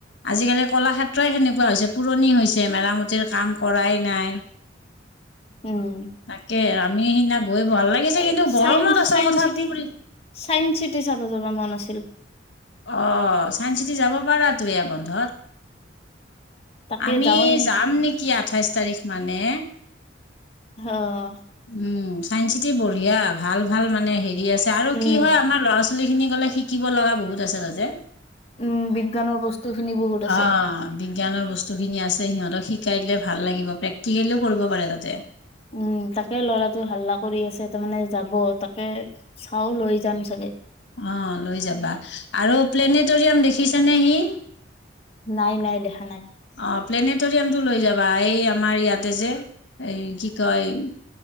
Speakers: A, on the left; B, on the left.
A: আজিকালি কলাক্ষেত্ৰই সেনেকুৱা। নেকুৱা হৈছে পুৰণি হৈছে মেৰামতিৰ কাম কৰাই নাই।
B: উম,
A: তাকে আমি সেইদিনা গৈ ভাল লাগিছে
B: এই
A: কিন্তু গৰমত
B: চাইন্স
A: আচল
B: চাইন্স
A: কথা
B: চিটি
A: ফুৰিম
B: চাইন্স চিটি চাব যাব মন আছিল।
A: অ' চাইন্স চিটি যাব পাৰাতো এয়া বন্ধত।
B: তাকে
A: আমি
B: যাওঁৱেই
A: যাম নেকি আঠাইশ তাৰিখ মানে।
B: হ'!
A: উম চাইন্স চিটি বঢ়িয়া ভাল ভাল মানে হেৰি আছে আৰু।
B: উম
A: কি হয় আমাৰ ল'ৰা-ছোৱালীখিনী গ'লে শিকিব লগা বহুত আছে তাতে। যে!
B: উম বিজ্ঞানৰ বস্তু খিনি বহুত আছে
A: অ'। জ্ঞানৰ বস্তুখিনি আছে, সিহঁতক শিকাই দিলে ভাল লাগিব প্ৰেক্টিকেলিও কৰিব পাৰে তাতে।
B: উম তাকে ল'ৰাটো হাল্লা কৰি আছে তাৰমানে যাব। তাকে চাও লৈ যাম চাগে।
A: অ' লৈ যাবা! আৰু প্লেনেটৰিয়াম দেখিছেনে সি?
B: নাই নাই দেখা নাই।
A: অ' প্লেনেটৰিয়ামটো লৈ যাবা। এই আমাৰ ইয়াতে যে এ কি কয়